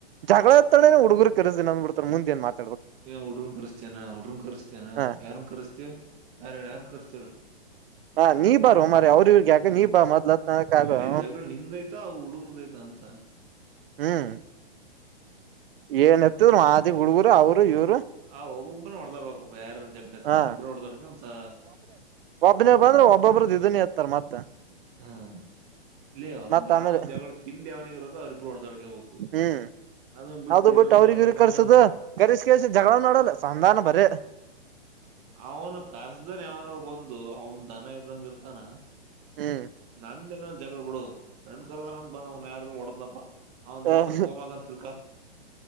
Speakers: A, on the right; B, on the right.
A: ಜಗಳ ಅಥನೇ ಹುಡುಗರು ಕರ್ಸ್ತೀನಿ ಅದ್ ಬಿಡತಾರ ಮುಂದೆನ್ ಮಾತು
B: ಹುಡುಗರನ್ ಕರೆಸ್ತೇನಾ ಹುಡುಗರನ್ ಕರ್ಸ್ತೇನಾ
A: ಹ
B: ಯಾರನ್ ಕರ್ಸ್ತೀಯಾ ಬೇರೆರ್ ಯಾರನ್ನು ಕರಿಸ್ತೇಲ್ಲೂ
A: ಅಣ್ಣ ನೀ ಬಾರೋ ಮಾರಾಯ ಅವ್ರ ಇವ್ರ ಯಾಕ್ ಯಾಕ್
B: ಹ
A: ನೀ ಬಾ ಮೊದ್ಲಂತ ಹ
B: ಇಲ್ಲಿ ಜಗಳ ನಿಂದೈತ ಅವ್ರ ಹುಡುಗರ್ದೈತ ಅಂತ
A: ಹ್ಮ್ ಏನ್ ಎತಿದ ಮಾದೀಗ ಹುಡುಗರು ಅವರು ಇವ್ರು
B: ಆ ಒಬ್ಬೊಬ್ಬನೇ ಹೊಡೆದಾಡಬೇಕು ಯಾರ ಜಗಳ ಇತ
A: ಹಾ
B: ಅವ್ರ ಇಬ್ರು ಹೊಡೆದಾಡಿಕ್ಯಂತ ಸಾ
A: ಆಗ್ ಒಬ್ಬರದೇ ಇದುನೇ ಎತ್ತರ ಎತ್ತುತಾರ್ ಮತ್ತೆ
B: ಹ್ಮ ಲೇ ಅವನ್
A: ಮತ್ ಆಮೇಲೆ
B: ಯಾವನ ಜಗಳ ತಿಂಡ ಅವನಿಗಿರೋದು ಅವರಿಬ್ರು ಹೊಡೆದಾಕ್ಯಬೇಕು
A: ಹ್ಮ್
B: ಅದನ್
A: ಅದು
B: ಇರೋರ್ನೆಲ್ಲ
A: ಬಿಟ್ಟು ಅವ್ರಿಗ್
B: ಕರ್ಕೊಂಡ್
A: ಇವ್ರಿಗ್ ಕರ್ಸದು
B: ಬಂದು
A: ಕರಿಸಿ ಕರ್ಸಿ ಜಗಳ ಮಾಡಲ್ಲ ಸಂಧಾನ ಬರೇ
B: ಅವನು ಕರ್ಸ್ದಾನ ಯಾವನೋನು ಬಂದು ಅವನು ದನ ದನ ಇದ್ದಂಗ ಇರ್ತಾನ
A: ಹ್ಮ್
B: ನಂದದೆನ್ ಜಗಳ ಬಿಡು ನನ್ ಫ್ರೆಂಡ್ ಕರ್ದನ್ ಬಂದ್ ಅವನ್ ಯಾರಾರು ಒಡನಪ್ಪ ಅವನು
A: ಹ
B: ಓದ ಕೋಮಗಂತೂ ತಿಳ್ಕೋ